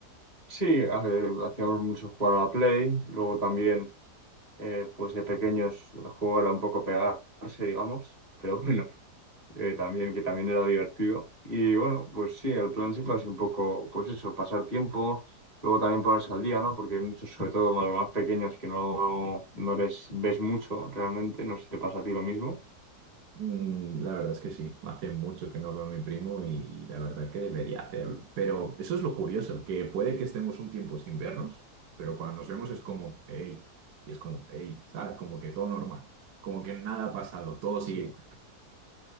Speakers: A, on the right; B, on the right.
A: Sí, a ver, hacíamos mucho jugar a la Play, luego también, eh, pues de pequeños, el juego era un poco pegarse, digamos, pero bueno, eh, también, que también era divertido. Y bueno, pues sí, el plan siempre ha sido un poco, pues eso, pasar tiempo, luego también ponerse al día, ¿no? Porque hay muchos, sobre todo los más pequeños, que no, no les ves mucho realmente, no sé si te pasa a ti lo mismo.
B: Mm, La verdad es que sí, hace mucho que no veo a mi primo y la verdad que debería hacerlo. Pero eso es lo curioso, que puede que estemos un tiempo sin vernos, pero cuando nos vemos es como, hey, y es como, hey, ¿sabes? Como que todo normal, como que nada ha pasado, todo
A: Sí.
B: sigue igual.